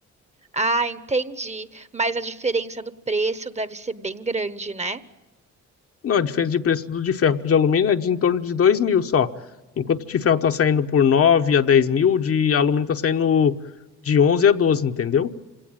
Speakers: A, on the right; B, on the left.
A: Ah, entendi. Mas a diferença do preço deve ser bem grande, né?
B: Não, a diferença de preço do de ferro pro de alumínio é de em torno de 2 mil só. Enquanto o de ferro está saindo por 9 a 10 mil, o de alumínio está saindo de 11 a 12, entendeu?